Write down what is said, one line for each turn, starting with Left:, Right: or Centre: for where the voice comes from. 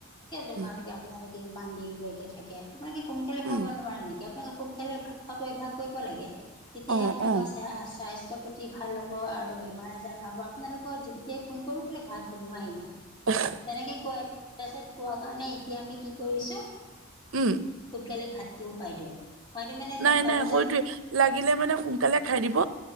Left: কিয় তোমালোকে
Right: উম,
Left: আপোনালোকে ইমান দেৰিলৈকে থাকে। আপোনালোকে <inaudible> সোনকালে
Right: উম,
Left: খাব নোৱাৰে নেকি? আপোনালোকে সোনকালে ভাত খোৱাটো অভ্যাস কৰিব লাগে। <unintelligible> তেতিয়াহে
Right: অ',
Left: আপোনালোকৰ
Right: অ',
Left: <unintelligible> স্বাস্থ্য প্ৰতি <unintelligible> পাতি ভাল হ'ব আৰু বেমাৰ-আজাৰ নহ'ব। আপোনালোকৰ যেতিয়াই ফোন কৰো বোলে ভাত বনোৱাই নাই।
Right: অ <unintelligible>
Left: তেনেকে কয় তাৰ পিছত কোৱা কাৰণে এতিয়া আমি কি কৰিছো <unintelligible>
Right: উম <inaudible>
Left: সোনকালে ভাতটোও খাই দিওঁ। খুৱাই দিওঁ মানে
Right: নাই-নাই
Left: নটা বজাত
Right: সেইটোৱেই <unintelligible> লাগিলে মানে সোনকালে খাই দিব